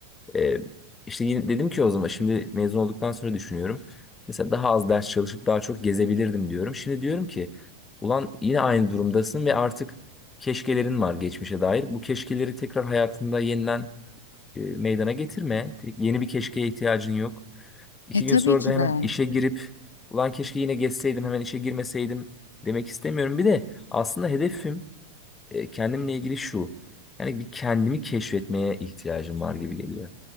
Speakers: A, on the left (about 20°); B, on the left (about 80°).
A: E, işte yine dedim ki o zaman şimdi mezun olduktan sonra düşünüyorum. Mesela daha az ders çalışıp daha çok gezebilirdim diyorum. Şimdi diyorum ki ulan yine aynı durumdasın ve artık keşkelerin var geçmişe dair. Bu keşkeleri tekrar hayatında yeniden e, meydana getirme. Tek- Yeni bir keşkeye ihtiyacın yok. İki
B: E tabii
A: gün sonra
B: ki
A: da hemen
B: de.
A: işe girip ulan keşke yine geçseydim hemen işe girmeseydim demek istemiyorum. Bir de aslında hedefim e, kendimle ilgili şu. Yani bir kendimi keşfetmeye ihtiyacım var gibi geliyor.